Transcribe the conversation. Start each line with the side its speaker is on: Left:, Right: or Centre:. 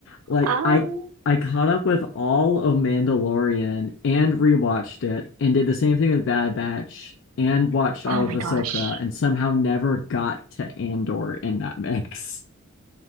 Left: Like
Right: Um,
Left: I I caught up with all of Mandalorian and rewatched it and did the same thing with Bad Batch and watched all
Right: oh
Left: of
Right: my
Left: Ahsoka
Right: gosh.
Left: and somehow never got to Andor in that <laughs> mix.